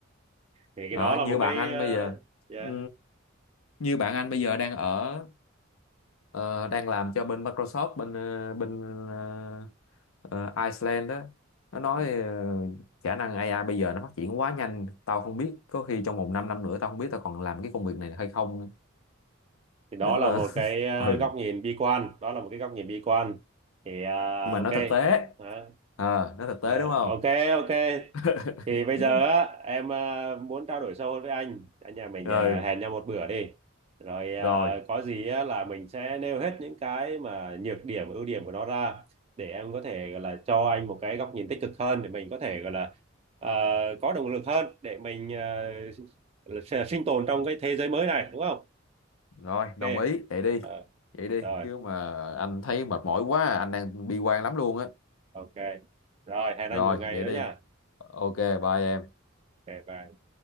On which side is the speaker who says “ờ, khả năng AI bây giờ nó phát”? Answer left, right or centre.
Left